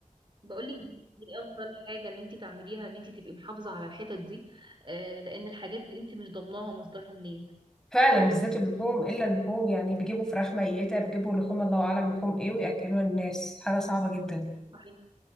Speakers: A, on the right (about 35°); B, in the centre.
A: بقولك دي دي افضل حاجه ان انت تعمليها ان انت تبقي محافظه على الحتت دي آه لان الحاجات دي انت مش ضامناها مصدرها منين
B: فعلا بالذات اللحوم الا اللحوم يعني بيجيبوا فراخ ميتة بيجيبوا لحوم الله اعلم لحوم ايه وياكلوها الناس حاجة صعبة جدا
A: صحيح